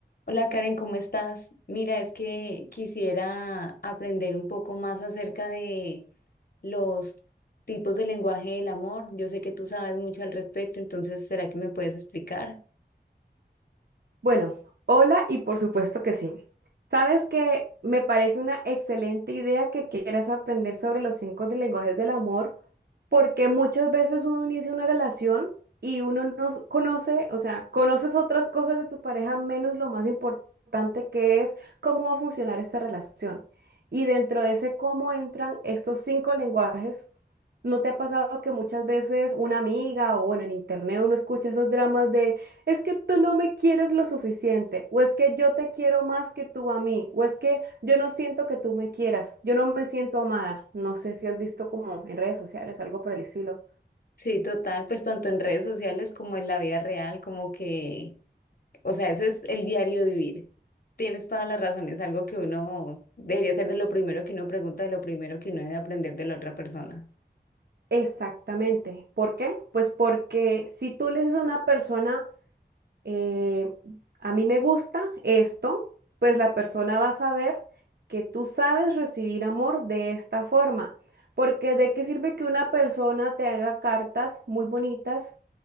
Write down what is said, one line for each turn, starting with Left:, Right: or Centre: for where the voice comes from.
Left: Hola Karen, ¿cómo estás? Mira, es que quisiera aprender un poco más acerca de los tipos de lenguaje del amor. Yo sé que tú sabes mucho al respecto, entonces, ¿será que me puedes explicar?
Right: Bueno, hola y por supuesto que sí. Sabes que me parece una excelente idea que quieras aprender sobre los cinco de lenguajes del amor, porque muchas veces uno inicia una relación y uno no conoce, o sea, conoces otras cosas de tu pareja menos lo más importante que es cómo va a funcionar esta relación. Y dentro de ese cómo entran estos cinco lenguajes ¿No te ha pasado que muchas veces una amiga o bueno, en internet uno escucha esos dramas de es que tú no me quieres lo suficiente o es que yo te quiero más que tú a mí o es que yo no siento que tú me quieras, yo no me siento amada? No sé si has visto como en redes sociales algo por el estilo.
Left: Sí, total, pues tanto en redes sociales como en la vida real, como que O sea, ese es el diario vivir. Tienes toda la razón, es algo que uno debería ser de lo primero que uno pregunta, de lo primero que uno debe aprender de la otra persona.
Right: Exactamente. ¿Por qué? Pues porque si tú le dices a una persona eh, a mí me gusta esto, pues la persona va a saber que tú sabes recibir amor de esta forma. Porque de qué sirve que una persona te haga cartas muy bonitas,